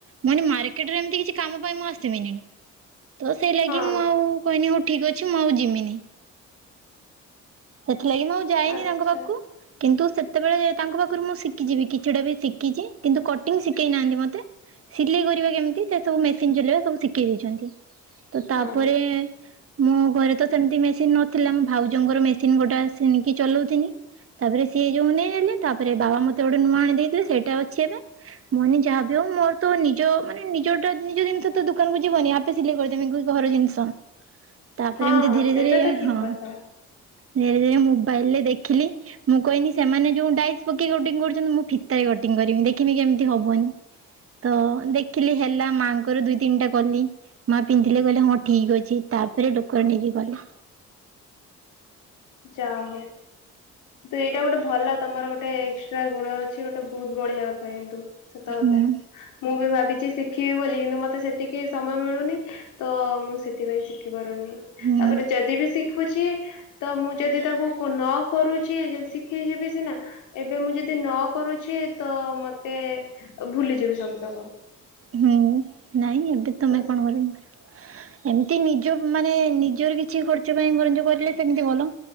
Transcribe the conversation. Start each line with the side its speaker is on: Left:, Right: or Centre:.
Right: ମାନେ ମାର୍କେଟରେ ଏମିତି କିଛି କାମ ପାଇଁ ମୁଁ ଆସିିମିନି ତ ସେଇ ଲାଗି
Left: ହଁ
Right: ମୁଁ ଆଉ କହନି ହଉ ଠିକ ଅଛି ମୁଁ ଆଉ ଯମିନି ସେଥିଲାଗି ମୁଁ ଆଉ ଯାଇନି
Left: ଆଚ୍ଛା
Right: ତାଙ୍କ ପାଖକୁ କିନ୍ତୁ ସେତେବେଳେ ତାଙ୍କ ପାଖରୁ ମୁଁ ଶିଖିଚିବି କିଛିଟା ବି ଶିଖିଛି କିନ୍ତୁ କଟିଂ ଶିଖେଇ ନାହାନ୍ତି ମତେ ସିଲେଇ କରିବା କେମିତି ସେ ସବୁ ମେସିନ ଚଲେଇବା ସବୁ ଶିଖେଇ ଦେଇଚନ୍ତି ତ ତାପରେ
Left: ହଁ
Right: ମୋ ଘରେ ତ ସେମିତି ମେସିନ ନଥିଲା ମୋ ଭାଉଜଙ୍କର ମେସିନ ଗୋଟେ ଆସି କି ଚଲଉଥଥିଲି ତାପରେ ସିଏ ଯୋଉ ନେଇ ଆଲେ ତାପରେ ବାବା ମତେ ଗୋଟେ ନୂଆ ଆଣି ଦେଇଥିଲେ ସେଇଟା ଅଛି ଏବେ ମନେ ଯାହାବି ଆଉ ମୋର ତ ନିଜ ମାନେ ନିଜଟା ନିଜ ଜିନିଷ ତ ଦୋକାନ କ ଯିବନି ଆ ସିଲେଇ କରିଦେମି ଘର ଜିନିଷ ତାପରେ
Left: ହଁ
Right: ଏମିତି
Left: ହଁ
Right: ଧୀରେ
Left: ସେଇଟା
Right: ଧୀରେ
Left: ତ ଠିକ
Right: ହଁ
Left: କଥା
Right: ଧୀରେ ଧୀରେ ମୋବାଇଲରେ ଦେଖିଲି। ମୁଁ କଇନି ସେମାନେ ଯୋଉ ଡାଇ ପକେଇ କଟିଂ କରୁଛନ୍ତି ମୁଁ ଫିତାରେ କଟିଂ କରିବି ଦେଖିବି କେମିତି ହବନି। ତ ଦେଖିଲି ହେଲା ମାଙ୍କର ଦୁଇ ତିନିଟା କଲି। ମା ପିନ୍ଧିଲେ କହିଲେ ହଁ ଠିକ ଅଛି ତାପରେ ଲୋକର ନେଇକି କଲି।
Left: ଯା ହଉ। ତ ଏଇଟା ଗୋଟେ ଭଲ ତମର ଗୋଟେ ଏକ୍ସଟ୍ରା ଗୁଣ ଅଛି ଗୋଟେ ବହୁତ ବଢିଆ କଥା କିନ୍ତୁ। ସତ
Right: ହୁଁ
Left: କଥା ମୁଁ ବି ଭାବିଚି ଶିଖିବି ବୋଲି କିନ୍ତୁ ମତେ ସେତିକି ସମୟ ମିଳୁନି। ତ ମୁଁ ସେଥିପାଇଁ ଶିଖିପାରୁନି।
Right: ହୁଁ।
Left: ଯଦି ବି ଶିଖୁଛି। ତ ମୁଁ ଯଦି ତାକୁ ନ କରୁଛି ଯଦି ଶିଖି ଯିବି ସିନା। ଏବେ ମୁଁ ଯଦି ନ କରୁଛି ତ ମତେ ଭୁଲିଯିବି ସବୁ ତକ।
Right: ହୁଁ ନାଇଁ ଏବେ ତମେ
Left: ତ
Right: କଣ କରି ଏମିତି ନିଜ ମାନେ ନିଜର କିଛି ଖର୍ଚ୍ଚ ପାଇଁ <unintelligible> କରିଲେ ସେମିତି ଭଲ